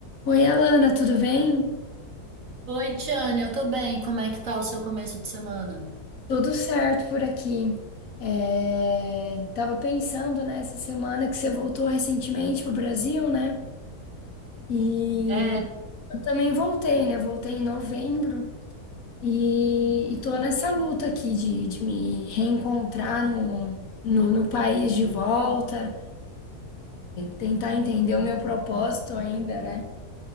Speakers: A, on the left (about 65°); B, on the right (about 60°).
A: Oi, Alana, tudo bem?
B: Oi, Tiane, eu tô bem. Como é que tá o seu começo de semana?
A: Tudo certo por aqui. É... Tava pensando nessa semana que você voltou recentemente pro Brasil, né? E
B: É.
A: eu também voltei, né? Voltei em novembro e, e tô nessa luta aqui de, de me reencontrar no, no, no país de volta, tentar entender o meu propósito ainda, né?